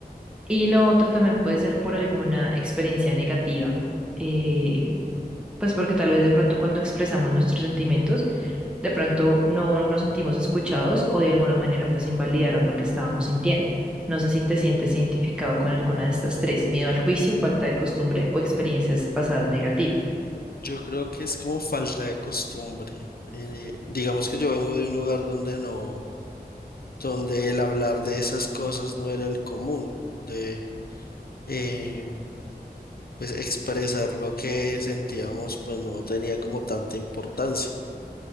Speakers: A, in the centre; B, on the left.
A: Y lo otro también puede ser por alguna experiencia negativa, eh, pues porque tal vez de pronto cuando expresamos nuestros sentimientos, de pronto no nos sentimos escuchados o de alguna manera pues invalidaron lo que estábamos sintiendo. No sé si te sientes identificado con alguna de estas tres, miedo al juicio, falta de costumbre o experiencias pasadas negativas.
B: Yo creo que es como falta de costumbre. Eh, digamos que yo vengo de un hogar donde no, donde el hablar de esas cosas no era el común. De, em, pues expresar lo que sentíamos, pues no tenía como tanta importancia.